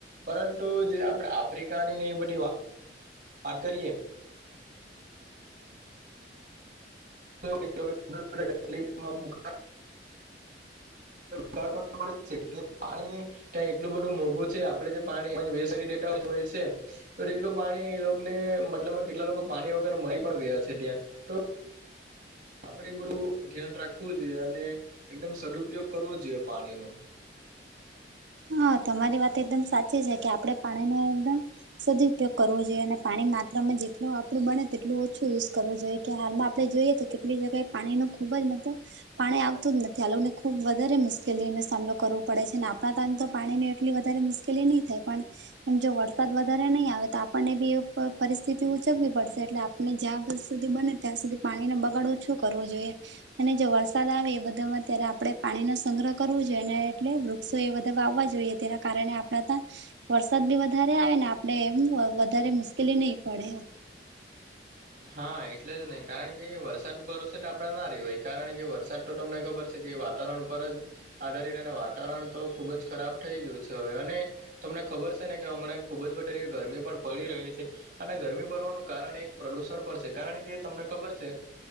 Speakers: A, on the right (about 50°); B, on the right (about 80°).
A: પરંતુ જે આપણે આફ્રિકાની ને એ બધી વાત વાત કરીએ. <inaudible> તકલીફમાં પાણી ત્યાં એટલું બધું મોંઘું છે. આપણે જે પાણી વેસ્ટ કરી દેતા હોય છે. તો તેટલું પાણી એ લોકોને મતલબ કેટલા લોકો પાણી વગેર મરી પણ ગયા છે ત્યાં. તો આપણે બધું ધ્યાન રાખવું જોઈએ. અને એકદમ સદુપયોગ કરવો પાણી નુ.
B: હા, તમારી વાત એકદમ સાચી છે. કે આપડણે પાણી ન એકદમ સદપયોગ કરવો જોઈએ. અને પાણી માત્રામાં જેટલ આપણું બને તેટલું ઓછું યુઝ કરવું જોઈએ. કે હાલમાં આપડણે જોઈએ કે કેટલી જગ્યાએ પાણી ન ખુબ જ મતલબ પાણી આવતું જ નથી આ લોકોને ખુબ વધારે મુશ્કેલીઓ નો સામનો કરવો પડે છે અને આપણા ટાઇમ તો પાણી ની એટલી વધારે મુશ્કેલી નહી થાય પણ એમ જો વરસાદ વધારે નહીં આવે તો આપણને બી એ પરિસ્થિતિ ઉજગવી પડશે એટલે આપડે આપને જ્યાં સુધી બને ત્યાં સુધી પાણી નો બગાડો ઓછો કરવો જોઈએ. અને જો વરસાદ આવે એ બધા માં ત્યારે આપડણે પાણી નો સંગ્રહ કરવો જોઈએ ને એટલે વૃક્ષો એ બધા વાવવા જોઈએ. જોઈએ તેના કારણે આપણા ત્યાં વરસાદ બી વધારે આવે ને આપડે એમ વધારે મુશ્કેલી નહી પડે એમ.
A: હા એટલે જ નહી કારણ કે વરસાદ ભરોસે તો આપડા ના રહેવાય હોય કારણ કે વરસાદ તો તમને ખબર છે. કે વાતાવરણ ઉપર જ આધારી વાતાવરણ તો ખુબ જ ખરાબ થઈ ગયું છે હવે અને તમને ખબર છે ને કે હમણાં ખુબ જ વધારે એવી ગરમી પણ પડી રહી છે. અને ગરમી પડવાનું કારણ એક પ્રદુષણ પણ છે કારણ કે તમને ખબર છે.